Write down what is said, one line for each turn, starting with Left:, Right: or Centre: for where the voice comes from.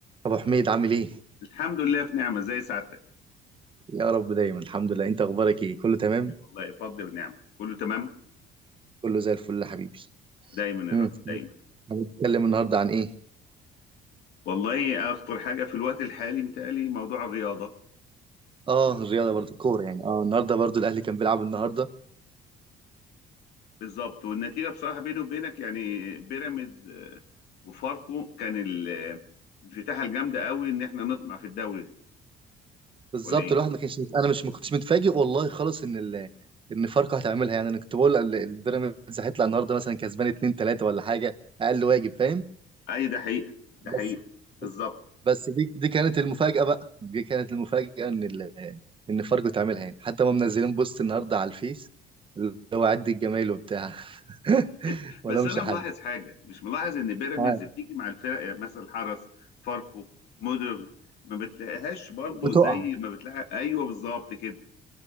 Right: ابو حميد عامل ايه
Left: الحمد لله في نعمة زي سعادتك
Right: يا رب دايما الحمد لله انت اخبارك ايه كله تمام
Left: والله فضل ونعمة كله تمام
Right: كله زي الفل يا حبيبي
Left: دايما يا
Right: امم
Left: رب دايما
Right: هنتكلم النهارده عن ايه
Left: والله أخطر حاجة في الوقت الحالي متهيألي موضوع الرياضة
Right: اه
Left: وال-
Right: الرياضه برضو الكوره يعني اه النهارده برضو الاهلي كان بيلعب النهارده
Left: بالظبط والنتيجة بصراحة بيني وبينك يعني بيراميدز آه، وفاركو كان ال- آه، الانفتاحة الجامدة قوي إن إحنا نطمع في الدوري
Right: بالظبط
Left: ولا إيه؟
Right: الواحد ما كانش مت- انا مش ما كنتش متفاجئ والله خالص ان ال... ان فاركو هتعملها يعني انا كنت بقول ال- البيراميدز هيطلع النهارده مثلا كسبان 2 3 ولا حاجه اقل واجب فاهم
Left: أي ده حقيقة ده
Right: بس
Left: حقيقة بالظبط
Right: بس بس دي دي كانت المفاجأة بقى دي كانت المفاجأة ان ال... ان فاركو تعملها يعني حتى ما منزلين بوست النهارده على الفيس اللي هو عد الجمايل وبتاع <laughs>
Left: <laughs>
Right: ولا
Left: بس
Right: مش
Left: انا
Right: حل
Left: ملاحظ حاجه مش ملاحظ ان بيراميدز
Right: ها،
Left: بتيجي مع الفرق يعني مثلا حرس فاركو مودرن ما بتلاقيهاش برضو
Right: وتقع
Left: زي ما بتلاقي ايوه بالظبط كده